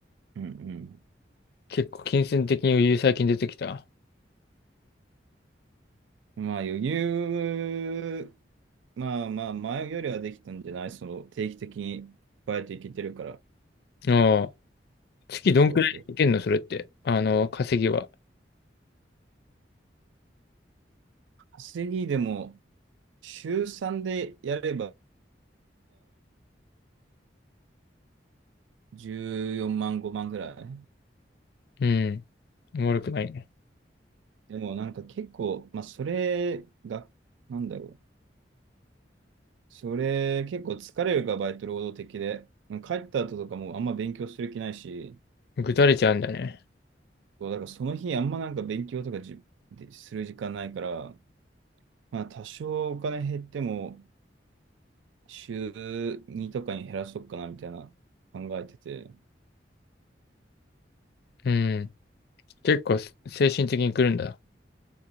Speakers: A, on the right; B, on the left.
A: うんうん、
B: 結構金銭的に余裕最近出てきた。
A: まあ余裕、まあまあ前よりはできたんじゃないその定期的にバイト行けてるから。
B: ああ。月どんくらいいけんのそれって。
A: そうそう。
B: あの、稼ぎは。
A: 稼ぎでも週3でやれば14万5万ぐらい。
B: うん。悪くないね。
A: でもなんか結構、まあそれが、なんだろう。それ結構疲れるからバイト労働的で。帰った後とかもあんま勉強する気ないし、
B: ぐだれちゃうんだね。
A: そうだからその日あんまなんか勉強とかじ、でする時間ないから、まあ多少お金減っても、週2とかに減らそうかなみたいな考えてて、
B: うん。結構精神的に来るんだ。